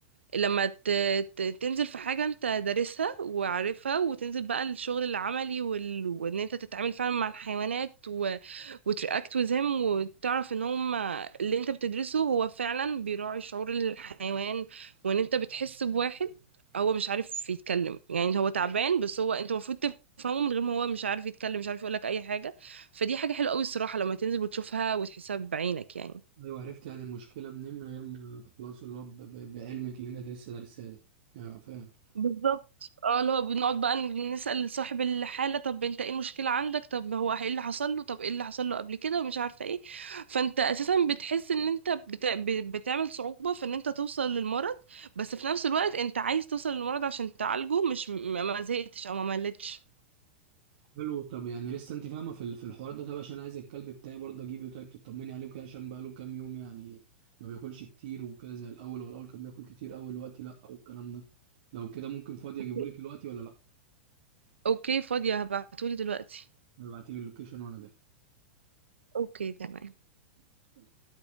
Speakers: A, on the right (about 75°); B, on the right (about 55°).
A: لما ت... ت... تنزل في حاجة انت دارسها وعارفها وتنزل بقى الشغل العملي وال... وان انت تتعامل فعلا مع الحيوانات و... وترياكت وزهم وتعرف ان هم اللي انت بتدرسه هو فعلا بيراعي شعور الحيوان وان انت بتحس بواحد هو مش عارف يتكلم يعني هو تعبان بس هو انت المفروض تفهمه من غير ما هو مش عارف يتكلم مش عارف يقولك اي حاجة فدي حاجة حلوة قوي الصراحة لما تنزل وتشوفها وتحسها بعينك يعني
B: ايوه عرفت يعني المشكله منين من غير ما خلاص اللي هو ب- ب- بعلمك اللي انت لسه دارساه ده ايوه فاهم
A: بالظبط اه اللي هو بنقعد بقى نسأل صاحب الحالة طب انت ايه المشكلة عندك طب هو ايه اللي حصل له طب ايه اللي حصل له قبل كده ومش عارفة ايه فانت اساسا بتحس ان انت بت... ب- بتعمل صعوبة في ان انت توصل للمرض بس في نفس الوقت انت عايز توصل للمرض عشان تعالجه مش ما ما زهقتش او ما ملتش
B: حلو طب يعني لسه انت فاهمه في ال- في الحوار ده طب عشان عايز الكلب بتاعي برضه اجيبه طيب تطمني عليه وكده عشان بقاله كام يوم يعني ما بياكلش كتير وكده زي الاول هو الاول كان بياكل كتير قوي دلوقتي لا والكلام ده لو كده ممكن فاضي اجيبه
A: اوكي
B: لك دلوقتي ولا لا
A: اوكي، فاضية هبعتولي دلوقتي
B: ابعتي لي اللوكيشن وانا
A: اوكي تمام
B: جاي